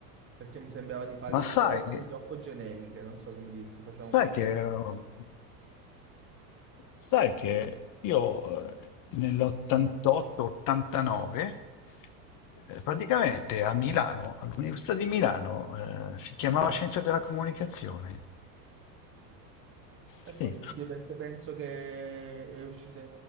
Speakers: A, on the right; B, on the left.
A: perché mi sembrava di fare
B: Ma
A: un
B: sai,
A: po' cose troppo generiche, non so come dirti, facciamo
B: sai
A: un po'...
B: che, eh, sai che io nell'88-89 Eh, Praticamente a Milano, all'Università di Milano, eh, si chiamava Scienze della Comunicazione.
A: È
B: Sì.
A: possibile perché penso che è uscita...